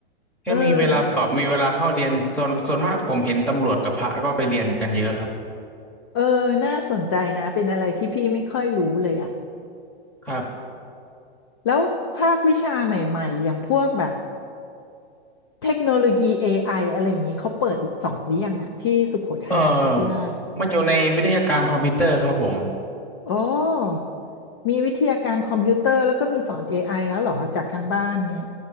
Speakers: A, in the centre; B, on the left.
A: แค่มีเวลาสอบมีเวลาเข้าเรียนส่วนส่วนมากผมเห็นตำรวจกับพระก็ไปเรียนกันเยอะครับ
B: เออเออน่าสนใจนะเป็นอะไรที่พี่ไม่ค่อยรู้เลยอะ
A: ครับ
B: แล้วภาควิชาใหม่ๆอย่างพวกแบบ เทคโนโลยี AI อไออะไรอย่างนี้เขาเปิดสอนหรือยังอะที่สุโขทัยธรรมาธิราช
A: เอ่อมันอยู่ในวิทยาการคอมพิวเตอร์ครับผม
B: โอ้ มีวิทยาการคอมพิวเตอร์แล้วก็มีสอน AI แล้วเหรอจากทางบ้านเนี่ย